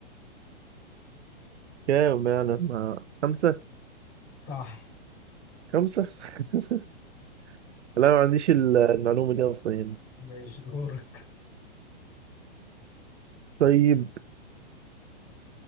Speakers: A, on the right (about 80°); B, on the left (about 45°).
A: كام يعني ما خمسة
B: صح
A: خمسة <laughs> لا ما عنديش ال- المعلومة دي أصلا يعني
B: ماشي دورك
A: طيب